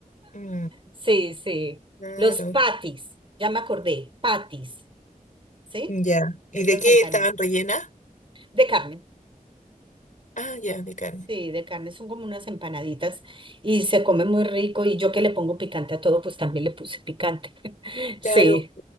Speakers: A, on the left (about 60°); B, on the right (about 35°).
A: Mm.
B: Sí, sí.
A: Claro,
B: Los patis, ya me acordé, patis, ¿sí?
A: ya. ¿Y
B: Estas
A: de qué
B: empanadas
A: estaban rellenas?
B: de carne.
A: Ah, ya, de carne.
B: Sí, de carne son como unas empanaditas y se come muy rico y yo que le pongo picante a todo, pues también le puse picante. <laughs> Sí,
A: Claro.